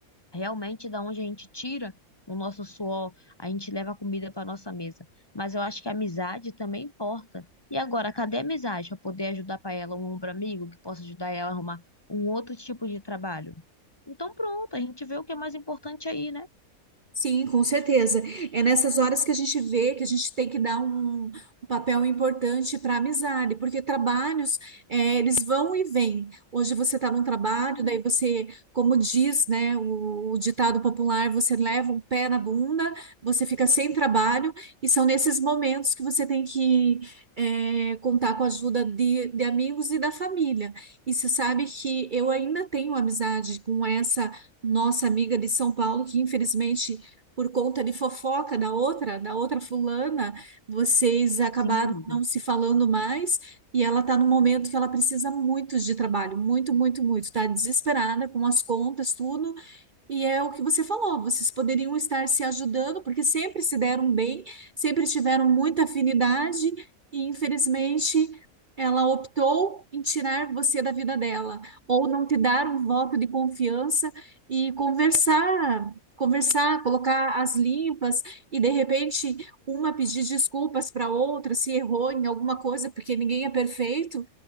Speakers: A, on the left; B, on the right.
A: Realmente, da onde a gente tira o nosso suor, a gente leva a comida para nossa mesa. Mas eu acho que a amizade também importa. E agora, cadê a amizade para poder ajudar para ela um ombro amigo que possa ajudar ela a arrumar um outro tipo de trabalho? Então, pronto, a gente vê o que é mais importante aí, né?
B: Sim, com certeza. É nessas horas que a gente vê que a gente tem que dar um, um papel importante para a amizade, porque trabalhos, eh, eles vão e vêm. Hoje você está num trabalho,
A: Exatamente.
B: daí você, como diz, né, o, o ditado popular, você leva um pé na bunda, você fica sem trabalho, e são nesses momentos que você tem que, eh, contar com a ajuda de, de amigos e da família. E você sabe que eu ainda tenho amizade com essa nossa amiga de São Paulo, que infelizmente por conta de fofoca da outra, da outra fulana, vocês acabaram
A: Sim, amiga.
B: não se falando mais e ela está num momento que ela precisa muito de trabalho, muito, muito, muito, está desesperada com as contas, tudo, e é o que você falou, vocês poderiam estar se ajudando, porque sempre se deram bem, sempre tiveram muita afinidade, e infelizmente ela optou em tirar você da vida dela, ou não te dar um voto de confiança e conversar, conversar, colocar as limpas, e de repente uma pedir desculpas para outra se errou em alguma coisa, porque ninguém é perfeito,